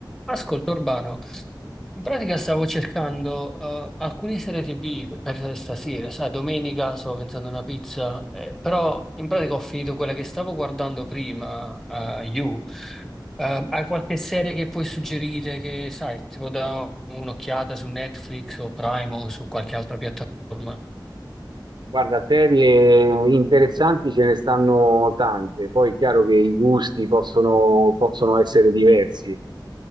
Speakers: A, in the centre; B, on the right (about 70°).
A: Ascolta Urbano, in pratica stavo cercando eh, alcune serie TV per stasera, sai, domenica stavo pensando a una pizza, eh, però in pratica ho finito quella che stavo guardando prima, eh, You. Eh, hai qualche serie che puoi suggerire che, sai, si può dare un'occhiata su Netflix o Prime o su qualche altra piattaforma?
B: Guarda, serie interessanti ce ne stanno tante, poi è chiaro che i gusti possono, possono essere diversi.